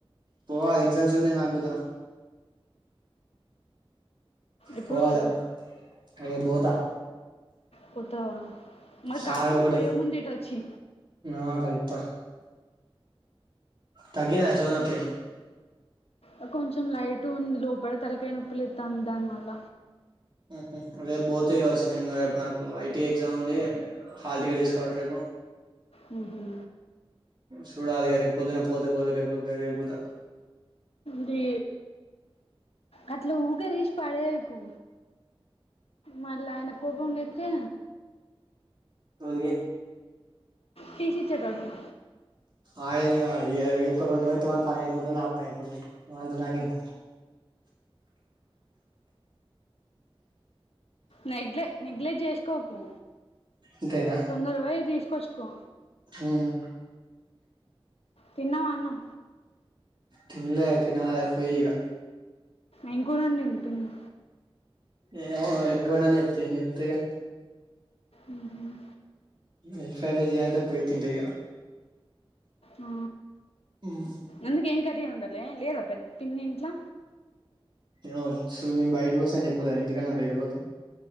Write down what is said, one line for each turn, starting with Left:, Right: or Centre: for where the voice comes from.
Right: పోవా ఎగ్జామ్స్ ఉన్నాయి నాకుతా
Left: ఎప్పుడు
Right: పోవాలే
Left: పోతావ్
Right: రేపు పోతా
Left: పోతావా మరి
Right: సార్
Left: కలువు
Right: ఒకటే
Left: పోయేముందు ఇటొచ్చి
Right: ఆ కలుత్తా తగ్గిందా చివి నొప్పి
Left: ఆ కొంచెం లైట్‌గా ఉంది లోపల తలకాయ నొప్పి లేత్తంది దానివల్ల
Right: ఆహా రేపు బోతా కావచ్చు నేను రేపు నాకు ఐటీ ఎగ్జామ్ ఉంది హాల్ టికెట్ తీసుకోవాలట రేపు
Left: మ్మ్ఉమ్మ్
Right: సూడాలి ఇగ రేపు పొద్దున పోతే పోతా లేకపోతే లేదు రేప్ పోతా
Left: డి అట్ల ఉకే తీసి పాడేయకు మళ్లా ఆయనకు కోపం లేతే
Right: ఎవరికి
Left: టిసి ఇచ్చేటోళ్లకి
Right: ఆయనే ఈ ఒక్క రెండు రోజులు అయితే వాని పని అయిపోతాది నా పని అయిపోతాది వానితో నాకేమీ
Left: నెగ్లె నెగ్లెక్ట్ చేసుకోకు
Right: ఇంతేనా
Left: తొందర పోయి తీసుకొచ్చుకో
Right: ఉమ్మ్
Left: తిన్నావా అన్నం
Right: తిన్లే తినాలే పోయి ఇగ
Left: ఏం కూర వండింది పిన్ని
Right: ఏమో బోయినంక చెప్తా ఏం చెప్తా ఇగ
Left: మ్మ్ఉమ్మ్
Right: ఎగ్ ఫ్రైడ్ రైస్ చేయంటే పోయి తింటాయి ఇగ
Left: ఆ,
Right: ఉమ్
Left: అందుకే ఏం కర్రీ వండలే లేదా పె పిన్ని ఇంట్లా
Right: ఏమో చూ నేను బయటకి వచ్చినా అని చెప్పలే ఇంటికానే ఉంటది ఎక్కడా పోత